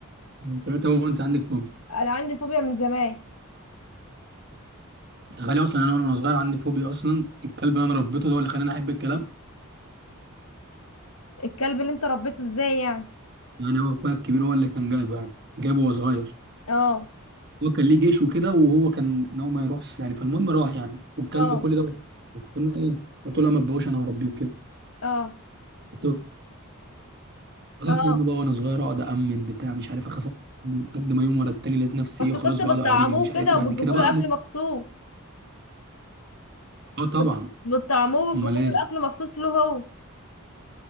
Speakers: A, on the right (about 50°); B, on the left (about 75°).
A: من ساعتها وانت عندك فوبيا
B: انا عندي فوبيا من زمان
A: تخيل اصلا انا وانا صغير عندي فوبيا اصلا الكلب اللي انا ربيته ده هو اللي خلاني احب الكلاب
B: الكلب اللي انت ربيته ازاي يعني
A: يعني هو اخويا الكبير هو اللي كان جايبه يعني جايبه وهو صغير
B: اه
A: هو كان ليه جيش وكده وهو كان ان هو ما يروحش يعني فالمهم راح يعني والكلب
B: اه
A: كل ده قلت له ايه قلت له لا ما تبقوش انا هربيه وكده
B: اه
A: كنت بخاف
B: اه
A: منه بقى وانا صغير اقعد امن بتاع مش عارف اخاف من قد ما يوم ورا التاني لقيت نفسي
B: بس
A: ايه خلاص
B: كنت
A: بقعد
B: بتطعموه
A: على رجلي ومش
B: كده
A: عارف ايه
B: وبتجيبوا
A: بعد كده بقى
B: له اكل
A: ممكن
B: مخصوص
A: اه طبعا
B: بت- بتطعموه وبتجيبوا
A: امال ايه
B: له
A: ما
B: اكل مخصوص له هو